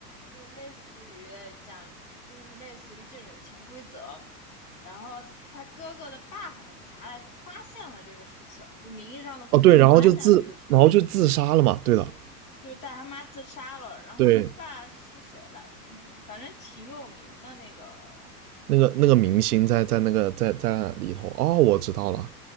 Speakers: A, on the left; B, on the right.
A: 就是类似于讲，就是类似于这种潜规则。然后他哥哥的爸好像是啥来着，发现了这个事情，就名义上的父亲发现了这个事情，
B: 哦，对，然后就自，然后就自杀了嘛。对的。
A: 就带他妈自杀了。然后他爸是谁来着？
B: 对，
A: 那个反正挺有名的那个，
B: 那个那个明星在在那个在在里头。哦，我知道了。